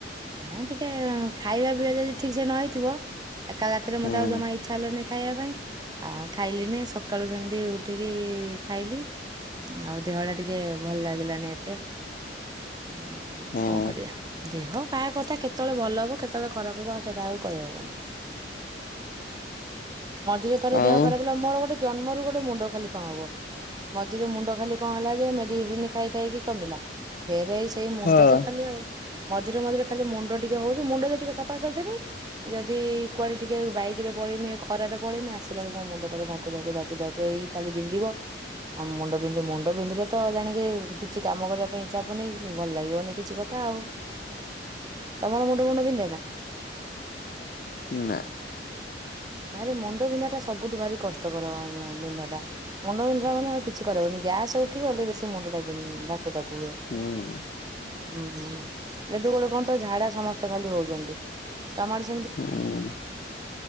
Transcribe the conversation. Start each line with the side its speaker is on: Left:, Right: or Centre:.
Right: ଏ ଟିକେ ଖାଇବା ପିଇବା ଯଦି ଠିକ୍ ସେ ନହେଇଥିବ ଆ କାଲି ରାତିରେ ମତେ
Left: ହୁଁ
Right: ଆଉ ଜମା ଇଚ୍ଛା ହେଲାନି ଖାଇବା ପାଇଁ ଆଉ ଖାଇଲିନି ସକାଳୁ ଯେମିତି ଉ ଉଠିକି ଖାଇଲି ଆଉ ଦେହ ଟା ଟିକେ ଭଲ ଲାଗିଲାନି ଏତେ। ଆଉ
Left: ହୁଁ
Right: କଣ କରିବା। ଦେହ ପା କଥା କେତେବେଳେ ଭଲ ହେବ କେତେବେଳେ ଖରାପ ହେବ ଆଉ ସେଇଟା ଆଉ କହିହେବନି। ମଝିରେ ଥର
Left: ଆଉ
Right: ଦେହ ଖରାପ ହେଲା ମୋର ଗୋଟେ ଜନ୍ମରୁ ଗୋଟେ ମୁଣ୍ଡ ଖାଲି କଣ ହବ ମଝିରେ ମୁଣ୍ଡ ଖାଲି କଣ ହେଲା ଯେ ମେଡିସିନ ଖାଇ ଖାଇକି କମିଲା। ଫେରେ ଏଇ ସେଇ ମୁଣ୍ଡ
Left: ହଁ
Right: ତ ଖାଲି ଆଉ। ମଝିରେ ମଝିରେ ଖାଲି ମୁଣ୍ଡ ଟିକେ ହଉଛି ମୁଣ୍ଡ ଯଦି ଟିକେ ସଫା କରିଦେମି ଯଦି କୁଆଡେ ଟିକେ ବାଇକିରେ ପଳେଇମି ଖରାରେ ପାଳେଇମି ଆସିଲା ବେ ମୋ ମୁଣ୍ଡ ତାର ଧାକୁ ଧାକୁ ଧାକୁ ଧାକୁ ଏଇ ଖାଲି ବିନ୍ଧିବ। ଆଉ ମୁଣ୍ଡ ବିନ୍ଧି ମୁଣ୍ଡ ବିନ୍ଧିଲେ ତ ଜାଣିକି କିଛି କାମ କରିବା ପାଇଁ ଇଚ୍ଛା ହବନି ଭଲ ଲାଗିବନି କିଛି କଥା ଆଉ। ତମର ମୁୁଣ୍ଡ ଫୁଣ୍ଡ ବିନ୍ଧେନା।
Left: ନା।
Right: ଭାରି ମୁଣ୍ଡ ବିନ୍ଧା ଟା ସବୁଠୁ ଭାରି କଷ୍ଟକର ବିନ୍ଧା ଟା। ମୁଣ୍ଡ ବିନ୍ଧିଲା ମାନେ ଆଉ କିଛି କରିହେବନି ଗ୍ୟାସ୍ସ ଉଠି ଗଲେ ବେଶୀ ମୁଣ୍ଡ ଟା ବିନ୍ଧି ଧାକୁ ଧାକୁ ହୁଏ।
Left: ହୁଁ।
Right: ଉଁ ହୁଁ ଏବେ ଗୋଟେ କଣ ତ ଝାଡା ସମସ୍ତେ ଖାଲି ହଉଛନ୍ତି ତମର
Left: ହୁଁ